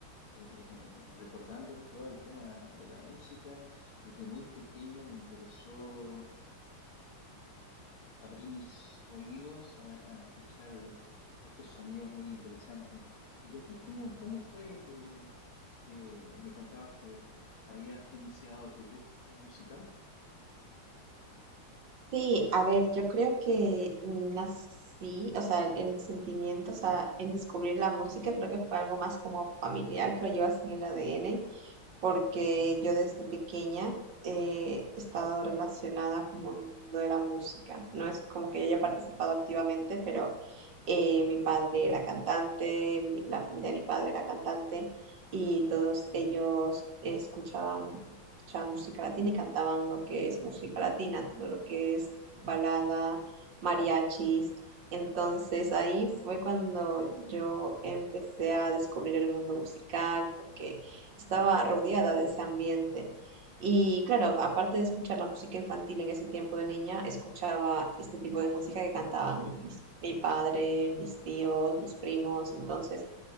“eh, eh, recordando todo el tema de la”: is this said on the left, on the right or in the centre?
Left